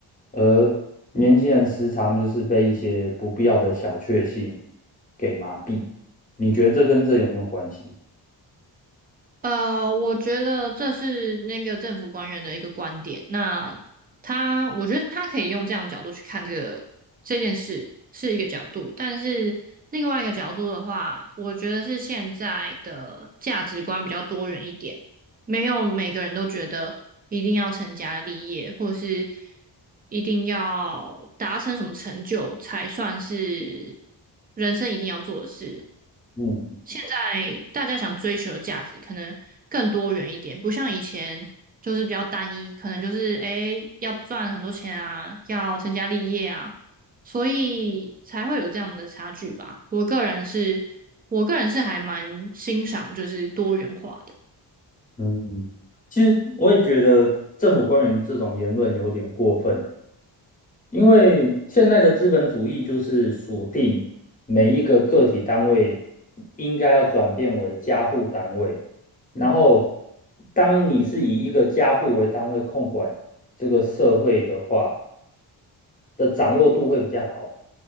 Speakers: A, on the left; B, on the right.
A: 而年轻人时常就是被一些不必要的小确幸给麻痹。你觉得这跟这有没有关系？
B: 呃，我觉得这是那个政府官员的一个观点。那他，我觉得他可以用这样的角度去看这个这件事是一个角度，但是另外一个角度的话，我觉得是现在的价值观比较多元一点，没有每个人都觉得一定要成家立业，或是一定要达成什么成就才算是人生一定要做的事。
A: 嗯
B: 现在大家想追求的价值可能更多元一点，不像以前就是比较单一，可能就是诶要赚很多钱啊，要成家立业啊，所以才会有这样的差距吧。我个人是，我个人是还蛮欣赏就是多元化的，
A: 嗯，其实我也觉得政府官员这种言论有点过分，因为现在的资本主义就是锁定每一个个体单位应该要转变为家户单位，然后当你是以一个家户为单位控管这个社会的话，的掌握度会比较好。